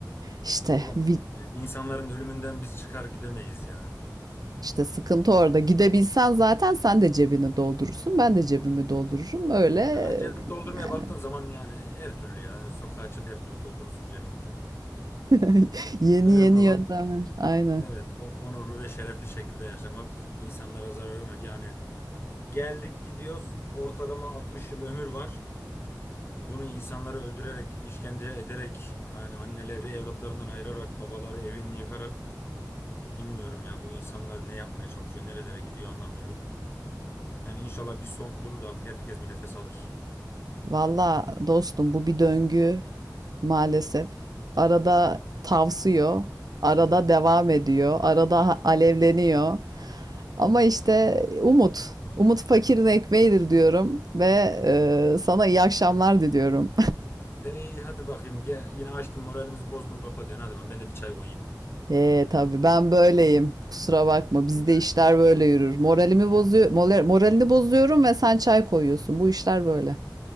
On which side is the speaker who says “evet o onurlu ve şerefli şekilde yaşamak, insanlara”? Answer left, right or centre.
Left